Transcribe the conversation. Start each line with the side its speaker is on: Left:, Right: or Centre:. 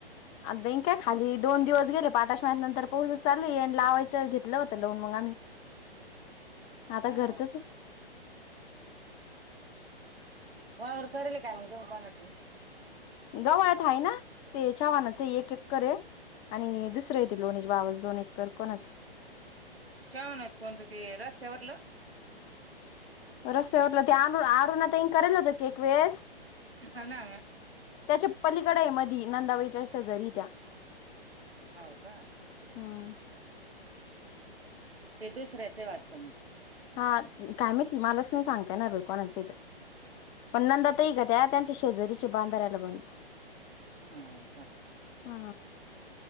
Left: बक काय खाली दोन दिवस गेले पाठाश महि्या नंतर पोह चालू आणि लावायचं घेतलं होतं लोन म गाम <unintelligible> आता
Right: हा
Left: घरचंच
Right: वावर करेल काय मग तो कोणात
Left: गवळ्यात हा ना ते चाव्हानाच एक एक करे आणि दुसरे येत लोणीची बावाज दोन एक तर कोणच
Right: वणच कोणतं ते रस्त्यावरलं
Left: र आरुणेल होत क वस
Right: हो ना
Left: त्याच्या पलीकडा मध नंदावेच्या शेजरीत्या
Right: हव का
Left: हम
Right: ते दुसऱ्याचे वाटतं मग
Left: हा काय मती मलाच नाही सांगताय ना रोकॉणाच तर पण नंदा तही ग त्या त्यांच्या शेजारीचे बांधार्यायला बंड
Right: हम हो का
Left: हा